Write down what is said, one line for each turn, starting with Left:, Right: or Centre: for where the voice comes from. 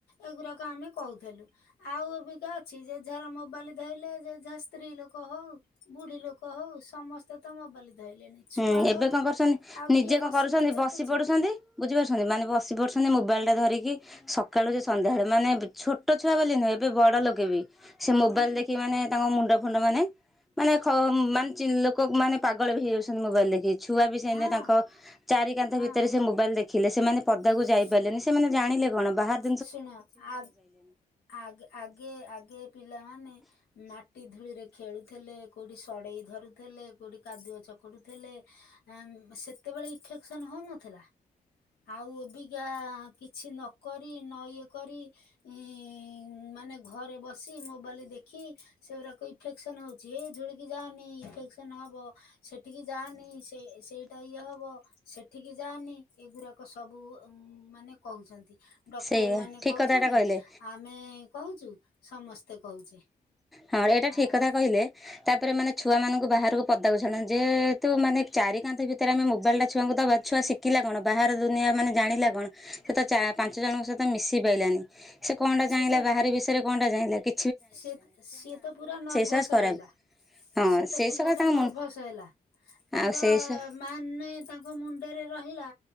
Left: ଏଗୁଡ଼ାକ ଆମେ କୋହୁଥିଲୁ। ଆଉ ଅବିକା ଅଛି ଯେ ଝାର ମୋବାଲି ଧଇଲେ ଯେ ଝା ସ୍ତ୍ରୀ ଲୋକ ହୋଉ ବୁଢ଼ୀ ଲୋକ ହୋଉ ସମସ୍ତେ ତ ମୋବାଲି ଧଇଲେଣି। ଛୁଆ
Centre: ହୁଁ ଏବେ
Left: ହଉ
Centre: କଣ କରୁଛନ୍ତି
Left: ଆଉ
Centre: ନିଜେ
Left: କିଏ
Centre: କଣ
Left: ବସିକି
Centre: କରୁଛନ୍ତି
Left: ଦେଖୁଛି
Centre: ବସି ପଡୁଛନ୍ତି ବୁଝିପାରୁଛନ୍ତି ମାନେ ବସିିପଢୁଛନ୍ତି ମୋବାଇଲ୍ ଟା ଧରିକି ସକାଳୁ ଯେ ସନ୍ଧ୍ୟାବେଳେ ମାନେ ଛୋଟ ଛୁଆ ବୋଲି ନୁହେଁ ଏବେ ବଡ ଲୋକେ ବି ସେ ମୋବାଇଲ୍
Left: ହୁଁ
Centre: ଦେଖି ମାନେ ତାଙ୍କ ମୁଣ୍ଡ ଫୁଣ୍ଡ ମାନେ ମାନେ ଖ
Left: ହୁଁ
Centre: ମାନେ ଚିଲ କୋ ମାନେ ପାଗଳ ବି ହେଇ ଯାଉଛନ୍ତି ମୋବାଇଲ୍ ଦେଖି ଛୁଆ ବି ସେନ
Left: ହଁ
Centre: ତାଙ୍କ ଚାରି କାନ୍ଥ
Left: ହଁ
Centre: ଭିତରେ ସେ ମୋବାଇଲ୍ ଦେଖିଲେ ସେମାନେ ପଦାକୁ
Left: ହୁଁ
Centre: ଯାଇପାରିଲେନି। ସେମାନେ ଜାଣିଲେ କଣ ବାହାର୍
Left: ଶୁଣ ଆ -ଆଗେ ଆଗେ ଆଗେ ପିଲାମାନେ ମାଟି ଧୂଳି ରେ ଖେଳୁଥିଲେ କୋଉଠି ସଢ଼େଇ ଧରୁଥିଲେ କୋଉଠି କାଦୁଅ ଚକୁଟୁଥିଲେ ଆମ୍ ସେତେବେଳେ ଇଫେକ୍ସନ୍ ହୋଉନଥିଲା। ଆଉ ଏବିକା କିଛିନକରି ନ ଇଏକରି ଇଁ--ମାନେ ଘରେ ବସି ମୋବାଲି ଦେଖି ସେଉରାକ ଇଫେକ୍ସନ ହୋଉଚି ହେ ଧୂଳି କି ଯାଆନି ଇଫେକ୍ସନ ହବ। ସେଠିକି ଯାଆନି ସେ -ସେଇଟା ଇଏ ହବ। ସେଠିକି ଯାନି ଏଗୁରାକ ସବୁ ମାନେ କୋହୁଛନ୍ତି। ଡକ୍ଟର
Centre: ସେଇଆ
Left: ମାନେ
Centre: ଠିକ
Left: କହୁଛନ୍ତି
Centre: କଥାଟା କହିଲେ
Left: ଆମେ କହୁଛୁ ସମସ୍ତେ କହୁଛେ
Centre: ହଁ ଏଇଟା ଠିକ
Left: ଆଉ
Centre: କଥା କହିଲେ। ତାପରେ ମାନେ ଛୁଆ ମାନଙ୍କୁ ବାହାରକୁ ପଦାକୁ ଛାଡୁନାହାନ୍ତି ଯେ -ହେତୁ ମାନେ ଚାରି କାନ୍ଥ ଭିତରେ ଆମେ ମୋବାଇଲ୍ ଟା ଛୁଆଙ୍କୁ ଦବା ଛୁଆ ଶିଖିଲା କଣ ବାହାର ଦୁନିଆ ମାନେ ଜାଣିଲା କଣ ସେ ତ ଚା ପାଞ୍ଚ ଜଣଙ୍କ ସହ ମିଶି ପାଇଲାନି ସେ କଣଟା
Left: ସିଏ
Centre: ଚାହିଁଲା
Left: ତ
Centre: ବାହାରି ବିଷୟରେ କଣ ଟା ଚାହିଁଲା କି
Left: ସିଏ ସିଏ ତ ପୁରା ନର୍ଭସ
Centre: ସକାଶେ ଖରାପ।
Left: ରହିଲା।
Centre: ହଁ
Left: ସେତ
Centre: ସେଇ
Left: ପିଲା
Centre: ସକାଶେ
Left: ଟା
Centre: ତାଙ୍କ
Left: ନର୍ଭସ
Centre: ମୁ
Left: ହେଲା। ତାଙ୍କ
Centre: ଆଉ ସେଇ
Left: ମାନେ ତାଙ୍କ ମୁଣ୍ଡରେ ରହିଲା